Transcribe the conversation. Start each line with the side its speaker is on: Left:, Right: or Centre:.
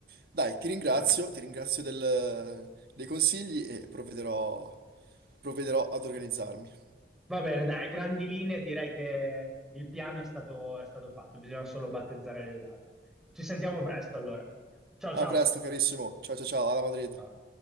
Right: Dai, ti ringrazio,
Centre: Dai.
Right: ti ringrazio del- dei consigli e provvederò, provvederò ad organizzarmi.
Centre: Va bene, dai, a grandi linee direi che il piano è stato, è stato fatto, bisogna solo battezzare le date. Ci sentiamo presto allora. Ciao ciao.
Right: A presto, carissimo, ciao ciao ciao, alla Madrid.
Centre: Ciao.